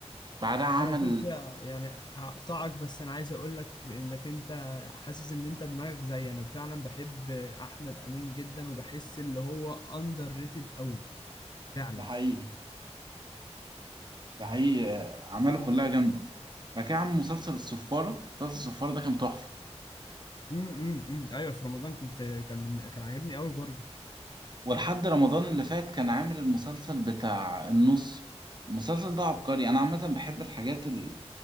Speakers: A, on the right (about 40°); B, on the left (about 40°).
A: بعدها عمل
B: على فكرة يعني هقطعك بس أنا عايز أقول لك في إنك أنت حاسس إن أنت دماغك زي أنا فعلا بحب أحمد أمين جدا وبحس اللي هو أندر ريتد أوي فعلا
A: ده حقيقي ده حقيقي آه، أعماله كلها جامدة بعد كده عمل مسلسل الصفارة مسلسل الصفارة ده كان تحفة
B: امم أيوه في رمضان كنت كان من... كان عاجبني أوي برضه
A: ولحد رمضان اللي فات كان عامل المسلسل بتاع النص المسلسل ده عبقري أنا عامة بحب الحاجات ال-